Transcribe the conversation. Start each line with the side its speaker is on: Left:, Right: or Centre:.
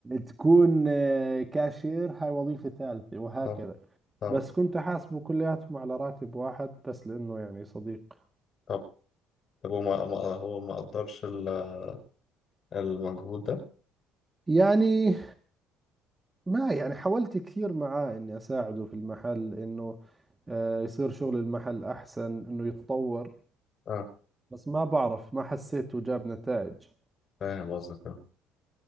Right: تكون آه، كاشير هاي وظيفة ثالثة وهكذا
Left: طبعا طبعا
Right: بس كنت أحاسبه كلياتهم على راتب واحد بس لأنه يعني صديق
Left: طب طب هو ما ما- هو ما قدرش ال- المجهود ده؟
Right: يعني ما يعني حاولت كثير معاه إني أساعده في المحل إنه آه، يصير شغل المحل أحسن إنه يتطور
Left: اه
Right: بس ما بعرف ما حسيته جاب نتائج
Left: فاهم قصدك اه